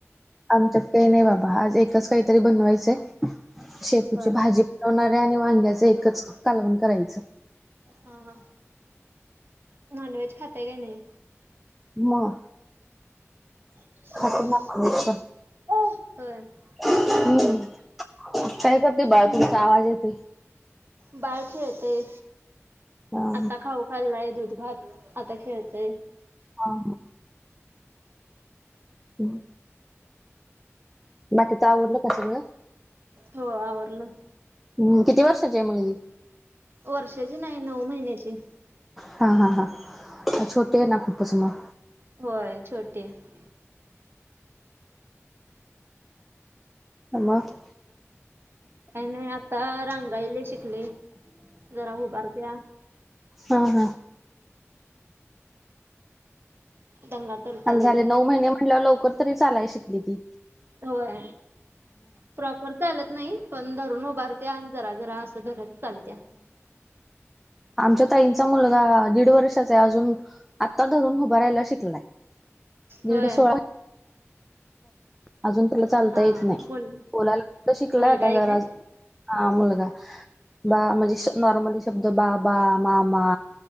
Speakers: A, in the centre; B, on the right (about 50°).
A: आमच्यात काही नाही बाबा आज एकच काहीतरी बनवायचय शेपूची
B: होय.
A: भाजी बनवणारे आणि वांग्याच एकच कालवण करायचं
B: हा हा नॉनव्हेज खाताय काय नाही
A: मग
B: <inaudible>
A: खातो नॉनव्हेज पण हम्म काय करते बाळ तुमचा आवाज येतोय.
B: बाळ खेळतंय
A: हा
B: आता खाऊ खाल्लाय दूध घातलंय आता खेळतय.
A: हा हा ह बाकीचं आवरलं कां सगळं
B: हो आवरलं
A: हम् किती वर्षाची आहे मुलगी
B: वर्षाची नाही नऊ महिन्याची
A: हा हा हा छोटी ना खूपच मग
B: होय छोटी हाय
A: मग
B: त्या नाही आता रांगायला शिकले जरा उभारत्या
A: हा हा
B: दंगा करत्या
A: ह
B: लई
A: झाले नऊ महिने म्हणल्यावर लवकर तरी चालाय शिकली की
B: होय प्रॉपर चालत नाही पण धरून उभारत्या जरा जरा असं धरत चालत्या
A: आमच्या ताईंचा मुलगा दीड वर्षाचा आहे अजून आता धरून उभा राहायला शिकलाय दीड
B: होय
A: सोळा अजून त्याला चालता
B: हा
A: येत नाही
B: बोल
A: बोलायला फक्त शिकलाय
B: मुलगा
A: आता जरा
B: एक आहे काय?
A: हा मुलगा बा म्हणजे नॉर्मली शब्द बाबा मामा